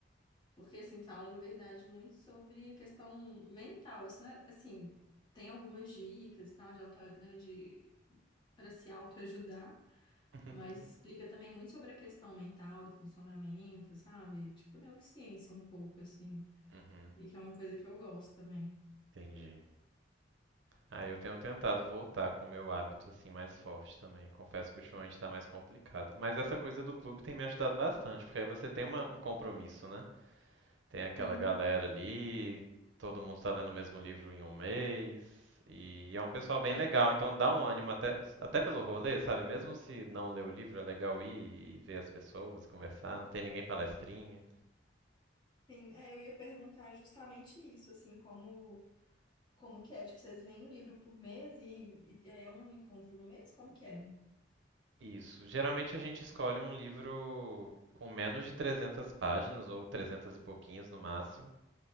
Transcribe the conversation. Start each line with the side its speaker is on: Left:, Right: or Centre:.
Left: porque, assim, fala, na verdade, muito sobre questão mental, assim, né, assim, tem algumas dicas, e tal, de auto, né, de, para se autoajudar.
Right: <laughs>
Left: Mas explica também muito sobre a questão mental do funcionamento, sabe? Tipo neurociência um pouco, assim.
Right: Uhum.
Left: E que é uma coisa que eu gosto também.
Right: Entendi. Ah, eu tenho tentado voltar com o meu hábito, assim, mais forte também. Confesso que ultimamente tá mais complicado. Mas essa coisa do clube tem me ajudado bastante, porque aí você tem uma- um compromisso, né? Tem aquela
Left: Sim,
Right: galera ali, todo mundo está lendo o mesmo livro em um mês, e é um pessoal bem
Left: é.
Right: legal, então dá um ânimo até, até pelo rolê, sabe? Mesmo se não ler o livro, é legal ir e ver as pessoas, conversar, não tem ninguém palestrinha.
Left: Sim, é, eu ia perguntar justamente isso, assim, como, como que é? Tipo, vocês leem um livro por mês e, e é um encontro no mês? Como que é?
Right: Isso. Geralmente a gente escolhe um livro com menos de 300 páginas, ou 300 e pouquinhos no máximo.